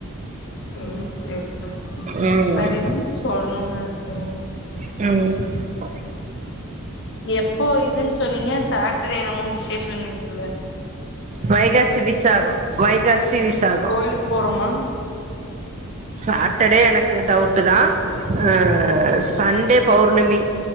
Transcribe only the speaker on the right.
ம்
ம்
வைகாசி விசாகோ வைகாசி விசாகோ
சாட்டர்டே எனக்கு டவுட்டு தா அ சண்டே பௌர்ணமி